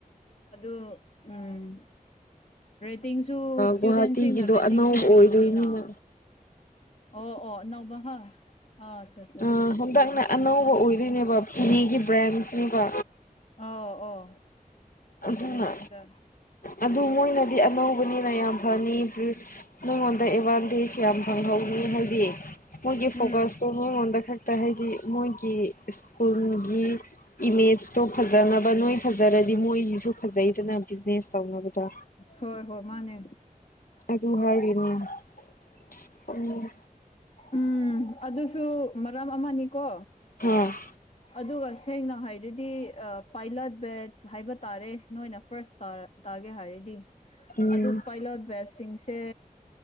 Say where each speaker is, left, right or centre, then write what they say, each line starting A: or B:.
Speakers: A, on the left (about 50°); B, on the left (about 70°).
A: ꯑꯗꯨ ꯎꯝ ꯔꯦꯠꯇꯤꯡꯁꯨ ꯏꯁꯇꯨꯗꯦꯟꯁꯤꯡꯅ
B: ꯒꯨꯍꯥꯇꯤꯒꯤꯗꯣ
A: ꯔꯦꯇꯤꯡꯁꯨ
B: ꯑꯅꯧꯕ ꯑꯣꯏꯗꯣꯏꯅꯤꯅ
A: ꯄꯤꯕꯅꯤꯅ ꯑꯣ ꯑꯣ ꯅꯧꯕꯥ ꯍꯥ ꯑꯥ ꯑꯆꯥ ꯑꯆꯥ ꯑꯆꯥ
B: ꯑꯥ ꯍꯟꯗꯛꯅ ꯑꯅꯧꯕ ꯑꯣꯏꯗꯣꯏꯅꯦꯕ ꯄꯨꯅꯦꯒꯤ ꯕ꯭ꯔꯥꯟꯁꯅꯦꯕ
A: ꯑꯣ ꯑꯣ
B: ꯑꯗꯨꯅ
A: ꯑꯆꯥ ꯑꯆꯥ
B: ꯑꯗꯨ ꯃꯣꯏꯅꯗꯤ ꯑꯅꯧꯕꯅꯤꯅ ꯌꯥꯝ ꯐꯅꯤ ꯃꯤꯉꯣꯟꯗ ꯑꯦꯚꯥꯟꯇꯦꯖ ꯌꯥꯝ ꯐꯪꯍꯧꯅꯤ ꯍꯥꯏꯗꯤ ꯃꯣꯏꯒꯤ ꯐꯣꯀ꯭ꯁꯇꯣ
A: ꯎꯝ
B: ꯃꯉꯣꯟꯗ ꯈꯛꯇ ꯍꯥꯏꯗꯤ ꯃꯣꯏꯒꯤ ꯁ꯭ꯀꯨꯜꯒꯤ ꯏꯃꯦꯖꯇꯣ ꯐꯖꯟ ꯐꯖꯅꯕ ꯅꯣꯏ ꯐꯖꯔꯗꯤ ꯃꯣꯏꯒꯤꯁꯨ ꯐꯖꯩꯗꯅ ꯕꯤꯖꯤꯅꯦꯁ ꯇꯧꯅꯕꯗꯣ
A: ꯍꯣꯏ ꯍꯣꯏ ꯃꯥꯅꯦ
B: ꯑꯗꯨ ꯍꯥꯏꯔꯤꯅꯦ ꯁꯥꯁ ꯈꯪꯗꯦ
A: ꯎꯝ ꯑꯗꯨꯁꯨ ꯃꯔꯝ ꯑꯃꯅꯤꯀꯣ
B: ꯍꯣꯏ
A: ꯑꯗꯨꯒ ꯁꯦꯡꯅ ꯍꯥꯏꯔꯗꯤ ꯄꯥꯏꯂꯠ ꯕꯦꯠꯁ ꯍꯥꯏꯕ ꯇꯥꯔꯦ ꯅꯣꯏꯅ ꯐꯥꯔꯁ ꯇꯥ ꯇꯥꯒꯦ ꯍꯥꯏꯔꯗꯤ
B: ꯎꯝ
A: ꯑꯗꯨ ꯄꯥꯏꯂꯣꯠ ꯕꯦꯠꯁꯤꯡꯁꯦ